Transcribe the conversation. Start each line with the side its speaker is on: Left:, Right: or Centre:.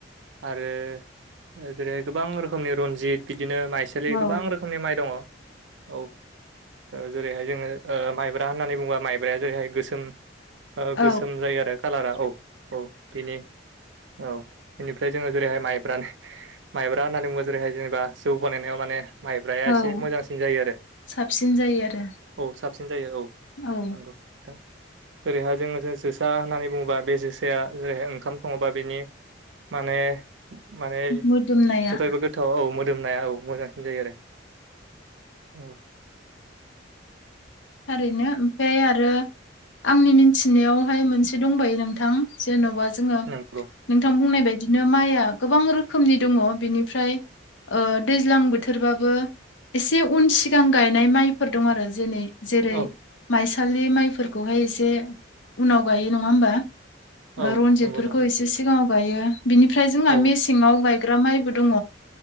Right: आरो जेरै गोबां रोखोमनि रनजित बिदिनो माइसालि
Left: औ
Right: गोबां रोखोमनि माइ दंङ। औ ओ जेरैहाय जोंङो ओ माइब्रा होननानै बुंङोबा माइब्राया जेरैहाय गोसोम। ओ
Left: औ
Right: गोसोम जायो आरो कालारा औ औ बिनि औ। बेनिफ्राय जोंङो जेरैहाय माइब्रा माइब्रा होननानै बुंङो जेरैहाय जेनेबा जौ बानायनायाव माने। माइब्राया
Left: औ
Right: एसे मोजांसिन जायो आरो।
Left: साबसिन जायो आरो
Right: औ साबसिन जायो औ।
Left: औ
Right: नोंगौ नोंथां ओरैहाय जोंङो जो जोसा होननानै बुंङोबा बे जोसाया जेरैहाय ओंखाम संङोबा बेनि माने माने
Left: मोदोमनाया
Right: जाथायबो गोथाव औ मोदोमनाया औ मोजांसिन। जायो आरो औ।
Left: थारैनो ओमफाय आरो आंनि मिनथिनायावहाय मोनसे दंबायो नोंथां। जेन'बा जोंङो नोंथां
Right: नंगौ
Left: बुंनाय बायदिनो माइआ गोबां रोखोमनि दंङ। बेनिफ्राय ओ दैज्लां बोथोरबाबो एसे उन सिगां गायनाय माइफोर दं आरो जेनै जेरै
Right: औ
Left: माइसालि माइफोरखौहाय एसे उनाव गायो नंङा होमबा? ओ
Right: औ
Left: रनजितफोरखौ
Right: नंगौ नोंथां
Left: एसे सि सिगांङाव गायो बिनिफ्राय जोंना
Right: औ
Left: मेसेंआव गायग्रा माइबो दंङ।